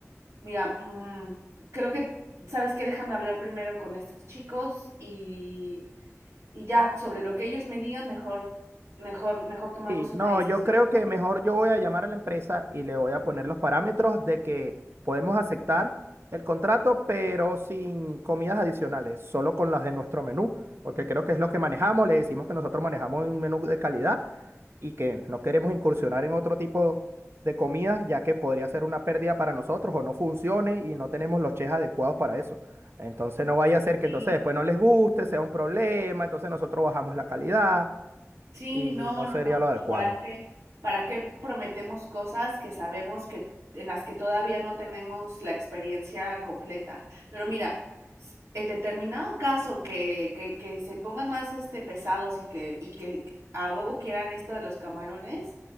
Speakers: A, on the right; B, on the right.
A: Mira, mm, creo que, ¿sabes qué? Déjame hablar primero con estos chicos y, y ya sobre lo que ellos me digan, mejor, mejor, mejor tomamos
B: sí,
A: una
B: no,
A: decisión.
B: yo creo que mejor yo voy a llamar a la empresa y le voy a poner los parámetros de que podemos aceptar el contrato, pero sin comidas adicionales, solo con las de nuestro menú, porque creo que es lo que manejamos, le decimos que nosotros manejamos un menú de calidad y que no queremos incursionar en otro tipo de comidas, ya que podría ser una pérdida para nosotros o no funcione y no tenemos los chefs adecuados para eso. Entonces no vaya a ser que
A: Sí,
B: entonces después no les guste, sea un problema, entonces nosotros bajamos la calidad
A: sí,
B: y
A: no,
B: no
A: no,
B: sería
A: no.
B: lo adecuado.
A: ¿Y para qué? ¿Para qué prometemos cosas que sabemos que en las que todavía no tenemos la experiencia completa? Pero mira, s- en determinado caso que, que, que se pongan más este pesados y que, y que a huevo quieran esto de los camarones